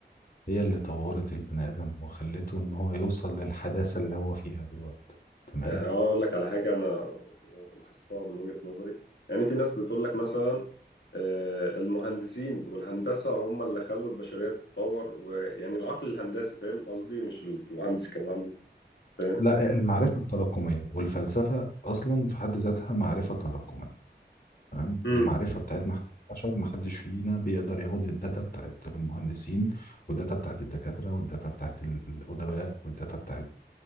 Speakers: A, on the left (about 55°); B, on the left (about 85°).
A: هي اللي طورت البني آدم وخلته إن هو يوصل للحداثة اللي هو فيها دلوقتي تمام
B: يعني أنا أقول لك على حاجة أنا لاحظتها من وجهة نظري يعني في ناس بتقول لك مثلا آه، المهندسين والهندسة هم اللي خلوا البشرية تتطور ويعني العقل الهندسي فاهم قصدي مش المهندس كمهندس فاهم
A: لا المعرفة التراكمية والفلسفة أصلا في حد ذاتها معرفة تراكمية تمام
B: مم.
A: المعرفة بتاعتنا إحنا البشر محدش فينا بيقدر ياخد الداتا بتاعت المهندسين والداتا بتاعت الدكاترة والداتا بتاعت الأدباء والداتا بتاعت